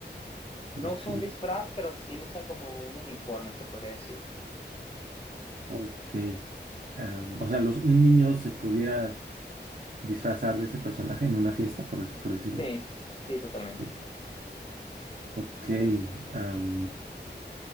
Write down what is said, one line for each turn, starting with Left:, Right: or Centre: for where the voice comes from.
Right: tru-
Left: No usa
Right: tru-
Left: un disfraz, pero sí usa como un uniforme, se podría decir.
Right: ok. Am, o sea, los, un niño se pudiera disfrazar de ese personaje en una fiesta, por, eso- por decirlo.
Left: Sí, sí, totalmente.
Right: Sí. Ok. am,